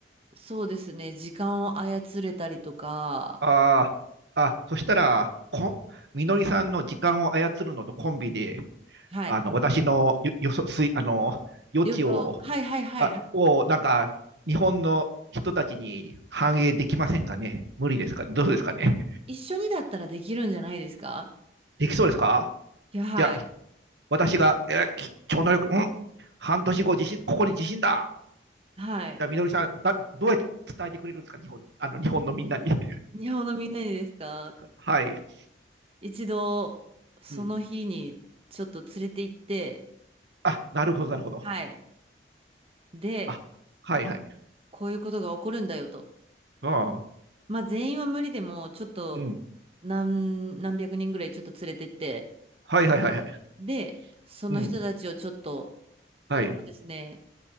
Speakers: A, on the right (about 35°); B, on the right (about 70°).
A: そうですね、時間を操れたりとか、
B: ああ、あ、そしたら、こ、みのりさんの時間を操るのとコンビで、
A: はい。
B: あの、私のよ、よそ、すい、あの、余地を、
A: 予想、はいはいはいはい。
B: あ、を、なんか、日本の人たちに反映できませんかね。無理ですか。どうですかね。
A: 一緒にだったらできるんじゃないですか
B: できそうですか
A: いや、はい。
B: じゃあ、私が、えー超能力、うん、半年後、地震、ここに地震だ。
A: はい。
B: じゃあ、みのりさん、だ、どうやって伝えてくれるんですか、日本、あの、日本のみんなに。<laughs>
A: 日本のみんなにですか
B: はい。
A: 一度、その日にちょっと連れて行って、
B: うんあ、なるほど、なるほど。
A: はい。で、
B: あ、はい、はい。
A: こういうことが起こるんだよと。
B: ああ。
A: まあ全員は無理でも、ちょっと何、
B: うん
A: 何百人ぐらいちょっと連れてって、
B: はいはいはいはい。
A: で、その人たちをちょっと、
B: うん。はい。
A: そうですね、